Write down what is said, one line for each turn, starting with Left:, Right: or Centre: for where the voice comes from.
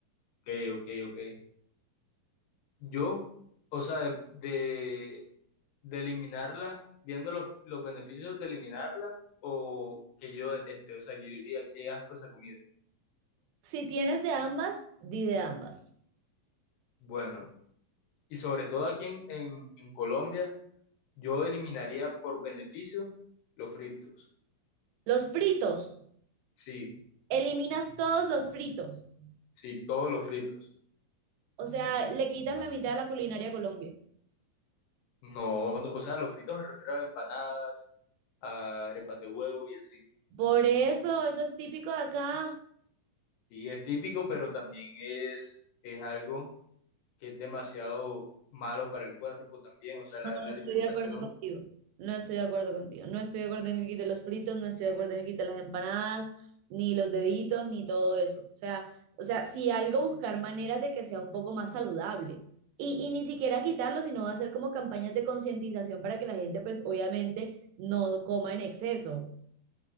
Left: Ok, ok, ok. Yo, o sea, de, de, de eliminarla, viendo los, los beneficios de eliminarla o que yo deteste, o sea, que yo diría, qué asco esa comida.
Right: Si tienes de ambas, di de ambas.
Left: Bueno, y sobre todo aquí en, en, en Colombia, yo eliminaría por beneficio los fritos.
Right: Los fritos,
Left: Sí,
Right: eliminas todos los fritos.
Left: Sí, todos los fritos.
Right: O sea, le quitas la mitad de la culinaria a Colombia.
Left: No, no, o sea, los fritos me refiero a empanadas, a arepas de huevo y así.
Right: Por eso, eso es típico de acá.
Left: Y es típico, pero también es, es algo que es demasiado malo para el cuerpo también. O sea, la,
Right: No
Left: la alimentación.
Right: estoy de acuerdo contigo. No estoy de acuerdo contigo. No estoy de acuerdo en que quite los fritos, no estoy de acuerdo en que quite las empanadas, ni los deditos, ni todo eso. O sea, o sea, si algo buscar maneras de que sea un poco más saludable. Y, y ni siquiera quitarlo, sino hacer como campañas de concientización para que la gente, pues obviamente, no coma en exceso.